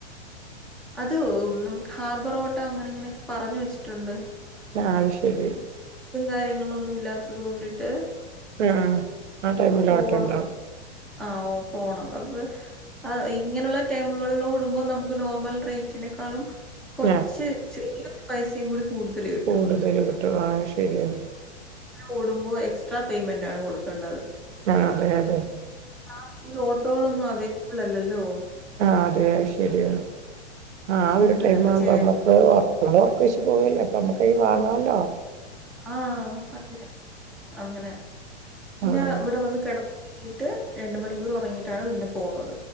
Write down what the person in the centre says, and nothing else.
അതോ നമുക്ക് ഹാർബർ ഓട്ടോ അങ്ങനെ ഇങ്ങനെയൊക്കെ പറഞ്ഞ വെച്ചിട്ടുണ്ട്-
ും കാര്യങ്ങളൊന്നും ഇല്ലാത്തത് കൊണ്ടിട്ട്-
പോവാ ആഹ് ഓ പോണം അപ്പൊ ഇങ്ങനെയുള്ള ടൈമുകളിലോടുമ്പോൾ നമുക്ക് നോർമൽ റേറ്റ്- റ്റിനേക്കാളും കൊർച്ച്
ചെറൃരു പൈസേ കൂടി - കൂടുതല് കിട്ടും-
ഓടുമ്പോ എക്സ്ട്രാ പേയ്മെന്റാണ് കൊടുക്കേണ്ടത്-
ആഹ് ഓട്ടോകളൊന്നും അവൈലബിൾ അല്ലല്ലോ?
അങ്ങനെ
അപ്പൊ ചേ
ആഹ് അതെ അങ്ങനെ പിന്നെ
ഇവിടെ വന്ന് കെട ട്ട് രണ്ട് മണിക്കൂർ ഒറങ്ങിയിട്ടാണ് പിന്നെ പോകുന്നത്